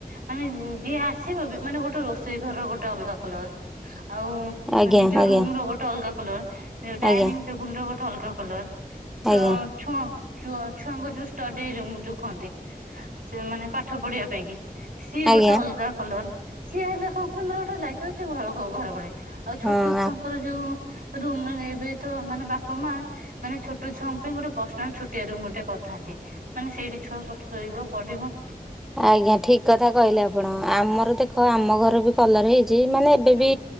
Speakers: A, on the right (about 75°); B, in the centre.
A: ମାନେ ଯିଏ ଆସିବ ବି ମାନେ ଗୋଟେ ରୋଷେଇ ଘର ଗୋଟେ ଅଲଗା କଲର। ଆଉ
B: ଆଜ୍ଞା
A: ନିଜ
B: ଆଜ୍ଞା
A: ରୁମର ଗୋଟେ ଅଲଗା କଲର ଡାଇନିଂ
B: ଆଜ୍ଞା
A: ଟେବୁଲ ର ଗୋଟେ ଅଲଗା କଲର
B: ଆଜ୍ଞା
A: ତ ଛୁଆ ଚୁ ଛୁଆଙ୍କ ଯୋଉ ଷ୍ଟଡିରୁମ ଯୋଉ କହନ୍ତି। ସେମାନେ ପାଠ ପଢିବା ପାଇଁ କି ସିଏ
B: ଆଜ୍ଞା ଆଜ୍ଞା
A: ଗୋଟେ ଅଲଗା କଲର। ସିଏ ହେଲେ କଣ କହ <unintelligible> ମାନେ ଗୋଟେ ଲାଗିବଛି ଘ ଘର ଭଳେ ଆଉ ଛୋଟ
B: ହଁ।
A: ଛୁଆଙ୍କର ଯୁ ରୁମ୍ ଏବେ ତ ମାନେ ବାପ ମା ମାନେ ଛୋ ଟ ଛୁଆ ପାଇଁ ମୋର ପର୍ସନାଲ ଛୋଟିଆ ରୁମ ଗୋଟେ କରିଥାନ୍ତି। ମାନେ ସେଇଠି ଛୁଆ ଶୋଇବ ପଢିବ।
B: ଆଜ୍ଞା ଠିକ କଥା କହିଲେ ଆପଣ ଆମର ଦେଖ ଆମ ଘର ବି କଲର ହେଇଛି ମାନେ
A: ହୁଁ
B: ଏବେ ବି